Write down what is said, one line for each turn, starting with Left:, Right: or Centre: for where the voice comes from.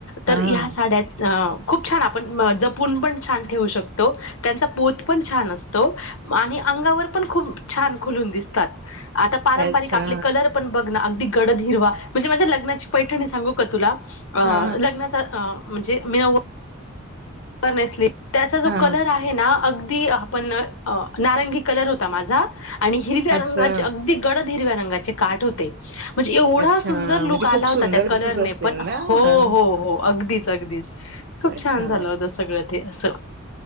Right: हा
Left: तर ह्या साड्या अ खूप छान आपण जपून पण छान ठेवू शकतो, त्यांचा पोत पण छान असतो तो, म आणि अंगावर पण खूप छान खुलून दिसतात. आता पारंपरिक
Right: अच्छा
Left: आपले कलर पण बघ ना अगदी गडद हिरवा, म्हणजे माझ्या लग्नाची पैठणी सांगू का तुला? अ
Right: हा हा
Left: लग्नाचा आ म्हणजे मेव पर नेसली त्याचा जो
Right: हा
Left: कलर आहे ना अगदी पण अ नारंगी कलर होता माझा, आणि हिरव्या
Right: अच्छा
Left: रंगाची अगदी गडद हिरव्या रंगाचे काठ होते. म्हणजे एवढा
Right: अच्छा
Left: सुंदर लुक
Right: म्हणजे
Left: आला
Right: खूप
Left: होता
Right: सुंदर
Left: त्या कलरने
Right: दिसत असेल
Left: पण,
Right: ना
Left: हो
Right: हा
Left: हो हो अगदी च अगदी खूप
Right: अच्छा
Left: छान झालं होत सगळं ते असं